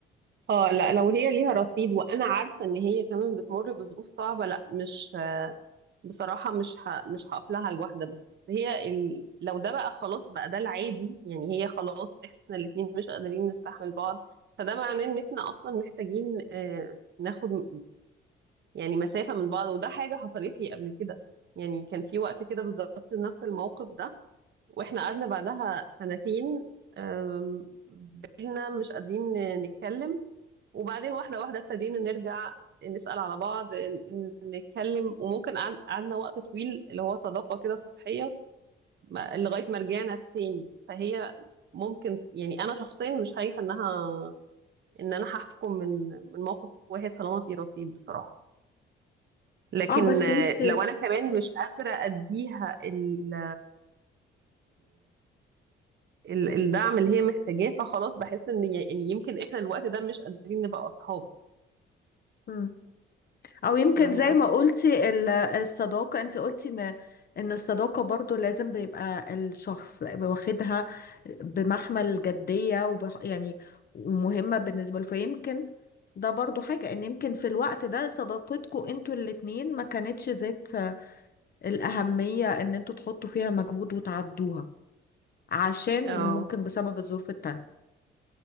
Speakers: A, on the right; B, on the left.
A: اه لا لو هي ليها رصيد وانا عارفة ان هي كمان بتمر بظروف صعبة لا مش بصراحة مش ه... مش هقف لها لوحدها بس هي ال... لو ده بقى خلاص بقى ده العادي يعني هي خلاص احنا الاتنين مش قادرين نستحمل بعض فده معناه ان احنا اصلا محتاجين آه، ناخد يعني مسافة من بعض وده حاجة حصلت لي قبل كده يعني كان في وقت كده بالظبط نفس الموقف ده واحنا قعدنا بعدها سنتين أم، بقينا مش قادرين نتكلم وبعدين واحدة واحدة ابتدينا نرجع نسأل على بعض ن- نتكلم وممكن قعد- قعدنا وقت طويل اللي هو صداقة كده سطحية ما- لغاية ما رجعنا تاني فهي ممكن يعني أنا شخصيا مش خايفة إنها إن أنا هحكم من من موقف واحد طالما في رصيد بصراحة لكن
B: اه بس
A: آه،
B: انت
A: لو أنا كمان مش قادرة أديها ال ال- الدعم اللي هي محتاجاه فخلاص بحس ان ي- يعني يمكن احنا الوقت ده مش قادرين نبقى اصحاب
B: مم. او يمكن
A: فاهمه
B: زي
A: قصدي
B: ما قلتي ال- الصداقة انت قلتي ان ان الصداقة برضو لازم بيبقى الشخص واخدها بمحمل جدية وبح يعني ومهمة بالنسبة له فيمكن ده برضو حاجة ان يمكن في الوقت ده صداقتكم انتوا الاتنين ما كانتش ذات الأهمية ان انتوا تحطوا فيها مجهود وتعدوها عشان
A: اه
B: ممكن بسبب الظروف التانية